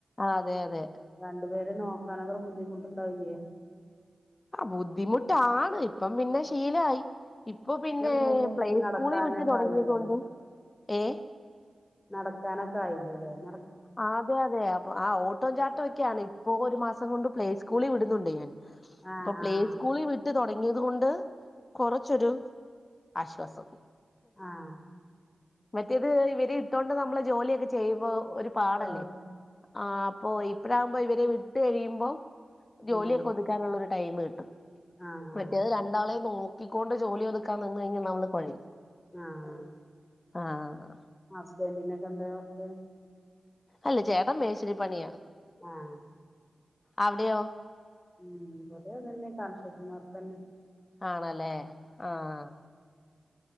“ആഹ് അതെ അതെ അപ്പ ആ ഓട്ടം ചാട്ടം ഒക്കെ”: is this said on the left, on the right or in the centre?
Left